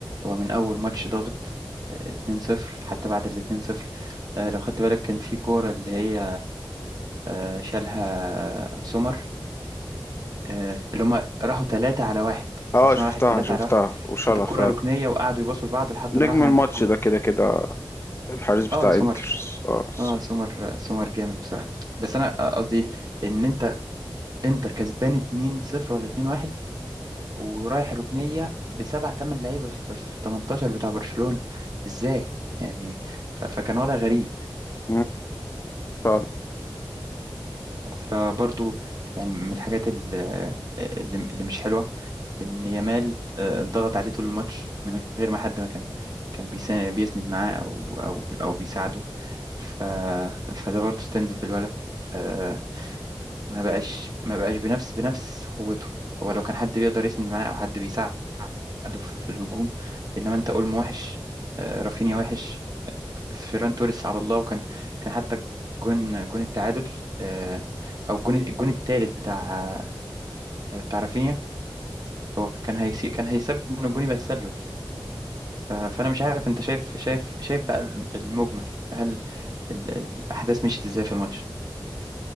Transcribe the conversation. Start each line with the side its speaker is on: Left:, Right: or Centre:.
Right: هو من اول ماتش ضاغط آه، 2-0 حتى بعد ال 2-0 آه، لو خدت بالك كان في كورة اللي هي آه، شالها سمر آه، اللي هم راحوا ثلاثة على واحد
Left: اه
Right: برشلونة
Left: شفتها
Right: راحت ثلاثة
Left: شفتها
Right: على واحد
Left: وشالها
Right: كانت الكرة
Left: فعلا
Right: ركنية وقعدوا يباصوا لبعض لحد
Left: نجم
Right: ما راحوا
Left: الماتش
Right: عند الجون
Left: ده كده كده الحارس بتاع
Right: اه سمر
Left: انتر اه الصراحة
Right: اه سمر سمر جامد بصراحة بس انا آه، قصدي ان انت انتر كسبان 2-0 ولا 2-1 ورايح ركنية بسبعة تمن لعيبة في في 18 بتاع برشلونة ازاي يعني ف- فكان وضع غريب
Left: مم، فعلا
Right: فبرضو يعني من الحاجات ال- اللي اللي مش حلوة ان يامال آه، ضغط عليه طول الماتش من غير ما حد ما كان كان بيسا- بيسند معاه او او او بيساعده ف فده برضو استنزف الولد آه، ما بقاش ما بقاش بنفس بنفس قوته هو لو كان حد بيقدر يسند معاه او حد بيساعده في, في الهجوم انما انت اولمو وحش آه، رافينيا وحش فيران توريس على الله وكان كان حتى جون جون التعادل آه، او الجون الجون الثالث بتاع آه، بتاع رافينيا هو كان هيسي كان هيسبب ان الجون يبقى تسلل ف- فانا مش عارف انت شايف شايف شايف بقى المجمل هل ال- الاحداث مشيت ازاي في الماتش